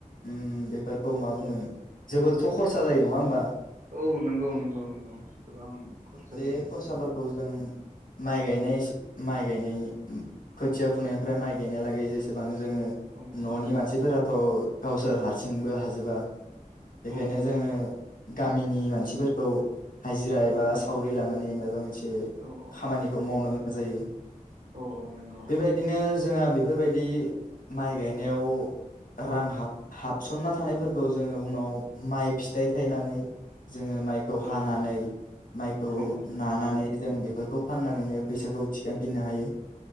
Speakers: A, on the left; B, on the right.
A: ओम बे फोरखौ
B: नंगौ
A: मा बुङो जोबोरथ' खरसा जायो नङा होमबा,
B: औ नंगौ नंगौ नंगौ गोबां खरसा
A: बे
B: जायो।
A: खरसाफोरखौ जों माइ गायनाय माइ गायनाय खोथिया फुनायनिफ्राय माइ गायनाय लागै एसेबां जोङो
B: औ औ
A: न'नि मानसिफोराथ' गावसोर हारसिंबो हाजोबा बेखायनो
B: औ औ
A: जोङो
B: नंगौ
A: गामिनि मानसिफोरखौ, हाजिरा
B: औ
A: एबा
B: औ
A: सावरि लानानै माबा मोनसे
B: औ
A: खामानिखौ मावनो गोनां जायो।
B: औ औ नंगौ
A: बेबायदिनो जोंहा बेफोरबायदि दि माइ गायनायाव रां हाब
B: औ
A: हाबसनना थानायफोरखौ जोङो उनाव, माइ फिथाइ
B: औ औ
A: थायनानै जोङो माइखौ हानानै,
B: औ
A: माइखौ
B: औ
A: नानानै जों बेफोरखौ फाननानैनो
B: औ
A: फैसाखौ थिखां फिनो हायो